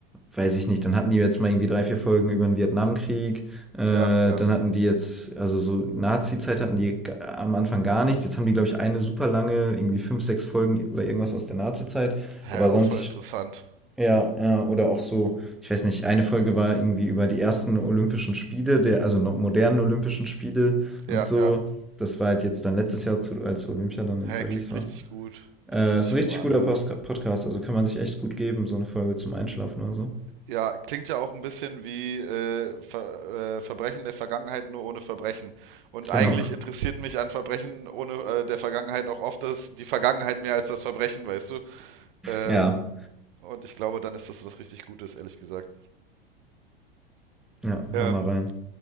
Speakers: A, in the centre; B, on the right.
A: weiß ich nicht, dann hatten die jetzt mal irgendwie drei, vier Folgen über den Vietnamkrieg. Äh,
B: Ja, ja.
A: dann hatten die jetzt, also so Nazi-Zeit hatten die g- am Anfang gar nichts. Jetzt haben die, glaube ich, eine super lange, irgendwie fünf, sechs Folgen über irgendwas aus der Nazi-Zeit.
B: Hä,
A: Aber
B: auch
A: sonst,
B: voll
A: ich,
B: interessant.
A: ja, ja, oder auch so, ich weiß nicht, eine Folge war irgendwie über die ersten Olympischen Spiele, der, also no- modernen Olympischen Spiele und
B: Ja,
A: so.
B: ja.
A: Das war halt jetzt dann letztes Jahr, zu, als Olympia dann
B: Hä,
A: in Paris
B: klingt
A: war.
B: richtig gut.
A: Äh,
B: Das muss
A: ist
B: ich
A: ein richtig
B: mir mal
A: guter
B: anhören.
A: Post Podcast, also kann man sich echt gut geben, so eine Folge zum Einschlafen oder so.
B: Ja, klingt ja auch ein bisschen wie äh, Ver äh, Verbrechen der Vergangenheit nur ohne Verbrechen. Und
A: Genau.
B: eigentlich interessiert mich an Verbrechen ohne äh, der Vergangenheit auch oft das, die Vergangenheit mehr als das Verbrechen, weißt du? Ähm,
A: Ja.
B: und ich glaube, dann ist das was richtig Gutes, ehrlich gesagt.
A: Ja, hör
B: Ähm,
A: mal rein.